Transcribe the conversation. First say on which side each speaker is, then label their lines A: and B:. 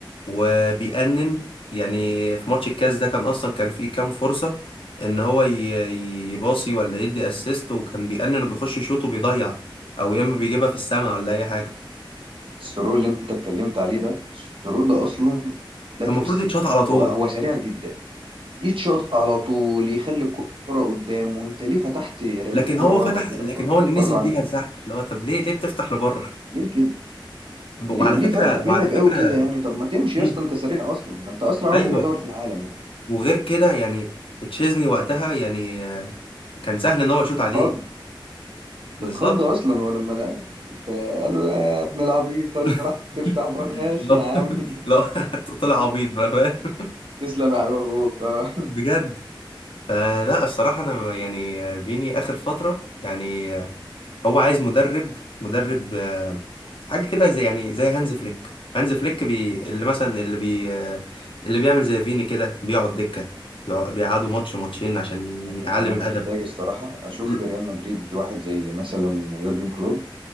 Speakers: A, on the left; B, on the right.
A: وبيأنن يعني في ماتش الكاس ده كان اصلا كان فيه كام فرصة ان هو ي- يباصي ولا يدي اسيست وكان بيأنن وبيخش شوط وبيضيع او يا اما بيجيبها في السماء ولا اي حاجة
B: السرور اللي انت اتكلمت عليه ده السرور ده اصلا ده كارثة
A: المفروض يتشاط على
B: هو
A: طول
B: هو سريع جدا يتشاط على طول يخلي الكرة قدامه انت ليه فتحت رميت
A: لكن
B: الكرة
A: هو
B: بره
A: فتح
B: كده
A: لكن
B: خالص
A: هو نزل
B: بره عن
A: بيها
B: الحارس
A: لتحت اللي هو طب ليه ليه بتفتح لبره
B: ليه كده
A: ب-
B: ليه
A: وعلى
B: ليه
A: فكرة
B: فتحت
A: وعلى
B: منك
A: فكرة
B: قوي كده يعني طب ما تمشي
A: مم.
B: يا اسطى انت سريع اصلا ده انت اسرع واحد
A: ايوه
B: يعتبر في العالم يعني
A: وغير كده يعني تشيزني وقتها يعني كان سهل ان هو يشوط
B: بتخض
A: عليه بالظبط
B: اتخض اصلا هو لما لعب انت قال له يا ابن العبيط انت
A: <laughs>
B: راح تفتح بار ماشي
A: لا
B: يا عم <laughs>
A: لا طلع عبيط بقى فاهم
B: تسلم يا حبيب اخوك اه
A: بجد فلا الصراحه انا يعني فيني اخر فتره يعني هو عايز مدرب مدرب آه، حاجه كده زي يعني زي هانز فليك هانز فليك بي اللي مثلا اللي بي آه، اللي بيعمل زي فيني كده بيقعد دكه بيقع- بيقعدوا ماتش ماتشين عشان
B: انا
A: يتعلم
B: أنا محتاج
A: الادب
B: الصراحه اشوف
A: ل-
B: في ريال مدريد واحد زي مثلا يورجن كلوب